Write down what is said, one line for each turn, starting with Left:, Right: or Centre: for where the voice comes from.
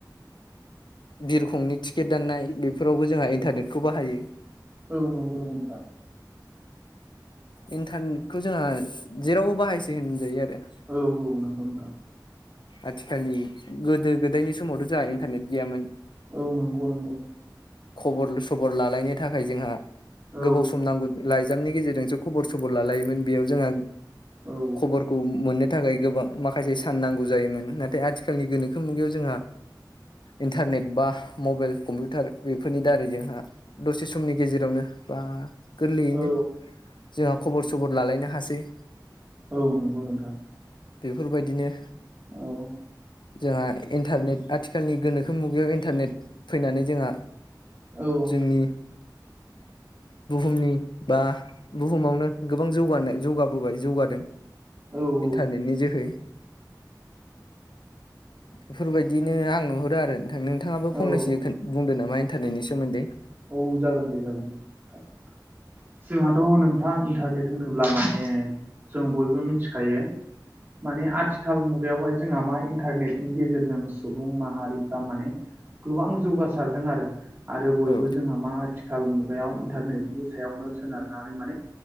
Left: बिरखंनि टिकेट दाननाय बेफोरावबो जोंहा इन्टारनेटखौ बाहायो।
Right: औ नंगौ नंगौ नोंथां।
Left: इन्टारनेटखौ जोंहा जेरावबो बाहायसै होनजायो आरो।
Right: औ औ नंगौ नोंथां।
Left: आथिखालनि गोदो गोदायनि समावथ' जोंहा इन्टारनेट गैयामोन।
Right: औ नोंगौ नोंगौ।
Left: खबर सबर लालायनो थाखाय जोंहा
Right: औ
Left: गोबाव सम नांगौ। लाइजामनि गेजेरजोंसो खबर सबर लालायोमोन बेयाव जोंहा
Right: औ
Left: खबर खौ मोननो थाखाय गोबां माखासे सान नांगौ जायोमोन नाथाय आथिखालनि गोनोखो मुगायाव जोंहा इन्टारनेट बा मबाइल कम्पिउटार बेफोरनि दारै जोंहा दसे समनि गेजेरावनो बा गोरलैयैनो
Right: औ
Left: जोंहा खबर सबर लालायनो हासै।
Right: औ नंगौ नोंथां।
Left: बेफोरबायदिनो
Right: औ।
Left: जोंहा इन्टारनेट आथिखालनि गोनोखो मुगायाव इन्टारनेट फैनानै जोंहा
Right: औ
Left: जोंनि
Right: <inaudible>
Left: बुहुमनि बा बुहुमावनो गोबां जौगानाय जौगाबोबाय जौगादों।
Right: औ ओ
Left: टारनेटनि जोहै। बेफोरबायदिनो आं नुहरो आरो नोंथां नोंथाङाबो फंनैसो
Right: औ
Left: खोन बुंदो नोमा इन्टारनेटनि सोमोन्दै।
Right: औ जागोन दे जागोन जागोन नोंथां। जोंहाथ' नोंथां इन्टारनेट होनोब्ला माने जों बयबो मिनथिखायो। माने आथिखाल मुगायावहाय जोंहा मा इन्टारनेटनि गेजेरजों सुबुं माहारिफ्रा माने गोबां जौगासारदों आरो आरो बयबो
Left: औ
Right: मा मा आथिखाल मुगायाव इन्टारनेटनि सायावनो सोनारनानै माने